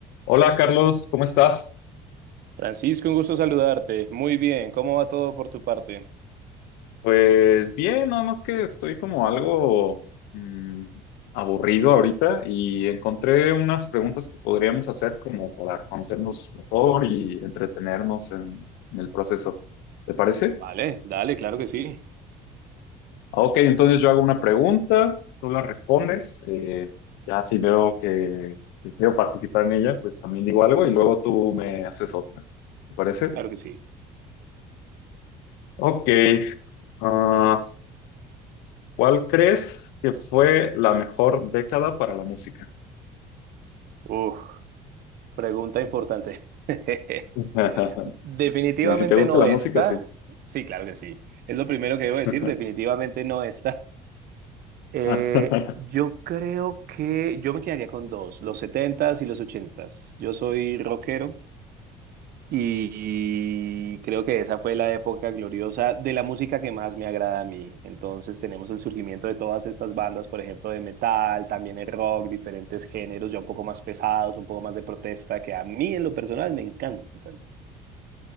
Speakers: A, on the left; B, on the right.
A: Hola Carlos, ¿cómo estás?
B: Francisco, un gusto saludarte. Muy bien, ¿cómo va todo por tu parte?
A: Pues bien, nada más que estoy como algo mm, aburrido ahorita y encontré unas preguntas que podríamos hacer como para conocernos mejor y entretenernos en, en el proceso. ¿Te parece?
B: Vale, dale, claro que sí,
A: Ah, ok, entonces yo hago una pregunta, tú la respondes, eh, ya si veo que que quiero participar en ella, pues también digo algo y luego tú me haces otra. ¿Te parece?
B: claro que sí.
A: Ok. ah, ¿Cuál crees que fue la mejor década para la música?
B: Uf, pregunta importante. <laughs>
A: <laughs>
B: Definitivamente
A: Y si te gusta
B: no
A: la
B: está.
A: música, sí.
B: Sí, claro que sí. Es lo primero que
A: <laughs>
B: debo decir, definitivamente no está. Eh,
A: Ajá.
B: yo creo que yo me quedaría con dos, los setentas y los ochentas. Yo soy rockero, Y creo que esa fue la época gloriosa de la música que más me agrada a mí. Entonces tenemos el surgimiento de todas estas bandas, por ejemplo, de metal, también el rock, diferentes géneros ya un poco más pesados, un poco más de protesta, que a mí en lo personal me encantan.